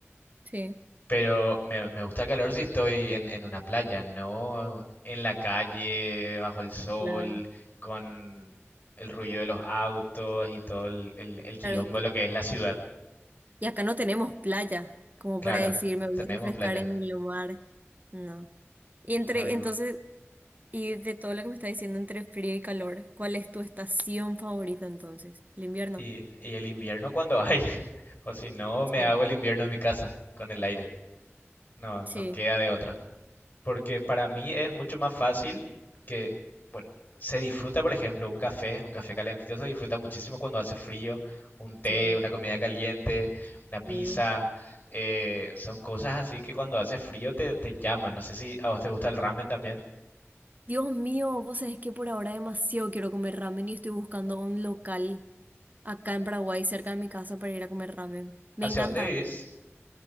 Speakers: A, on the right (about 35°); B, on the left (about 45°).
A: Sí.
B: pero me, me gusta el calor si estoy en, en una playa, no en la calle, bajo el sol,
A: Claro.
B: con el ruido de los autos y todo el, el, el quilombo
A: Claro, y,
B: de lo que es la ciudad.
A: y acá no tenemos playa, como
B: Claro,
A: para decir, me
B: no
A: voy
B: tenemos
A: a refrescar
B: playa.
A: en el mar. No. Y entre,
B: no hay-
A: entonces,
B: br-
A: y de todo lo que me está diciendo entre frío y calor, ¿cuál es tu estación favorita entonces? ¿El invierno?
B: y, y el invierno cuando hay. <laughs> O si no, me
A: Sí.
B: hago el invierno en mi casa, con el aire. No,
A: Sí.
B: no queda de otra. Porque para mí es mucho más fácil que, bueno, se disfruta, por ejemplo, un café, un café calentito se disfruta muchísimo cuando hace frío, un té,
A: Sí.
B: una comida caliente, una pizza,
A: Sí.
B: eh, son cosas así que cuando hace frío te, te llaman. No sé si a vos te gusta el ramen también.
A: Dios mío, vos sabés que por ahora demasiado quiero comer ramen y estoy buscando un local acá en Paraguay, cerca de mi casa, para ir a comer ramen. Me
B: ¿Hacia
A: encanta.
B: dónde vivís?